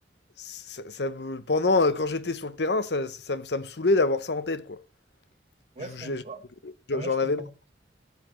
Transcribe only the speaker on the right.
Ouais,
je
comprends.
En vrai,
je
comprends.